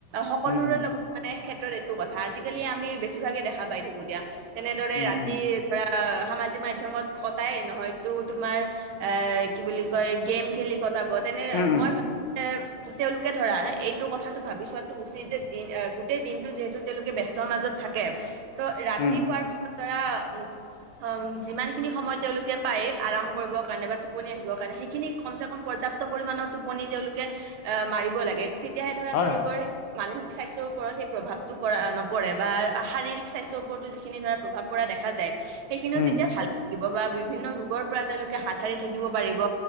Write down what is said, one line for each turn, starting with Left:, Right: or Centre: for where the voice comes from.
Right: সকলোৰে
Left: উম উম
Right: লগত মানে ক্ষেত্ৰত এইটো কথা, আজিকালি আমি বেছিভাগে দেখা পাই থাকো দিয়া। তেনেদৰে
Left: উম
Right: ৰাতি
Left: উম
Right: ধৰা, সামাজিক মাধ্যমত কটাই, নহয়তো তোমাৰ এ, কি বুলি কয়, গেম খেলি কটাব, তেনে
Left: উম উম
Right: মই ভাবো তেওঁলোকে ধৰা, এইটো কথাটো ভাবি চোৱাটো উচিত যে, দিন গোটেই দিনটো যিহেতু তেওঁলোকে ব্যস্তৰ মাজত থাকে, ত', ৰাতি
Left: উম
Right: হোৱাৰ পিছত ধৰা অঁ, যিমানখিনি সময় তেওঁলোকে পায় আৰাম কৰিবৰ কাৰণে বা টোপনি আহিবৰ কাৰণে, সেইখিনি কমচে কম পৰ্যাপ্ত পৰিমণৰ টোপনি তেওঁলোকে এ মাৰিব লাগে, তেতিয়াহে ধৰা
Left: হয়
Right: তেওঁলোকৰ
Left: হয়
Right: মানসিক স্বাস্থ্যৰ ওপৰত সেই প্ৰভাৱটো পৰা নপৰে বা শাৰীৰিক স্বাস্থ্যৰ ওপৰতো যিখিনি ধৰা প্ৰভাৱ পৰা দেখা যায় সেইখিনিও
Left: উম
Right: তেতিয়া ভাল লাগিব বা বিভিন্ন ৰোগৰ পৰা তেওঁলোকে হাত সাৰি থাকিব পাৰিব।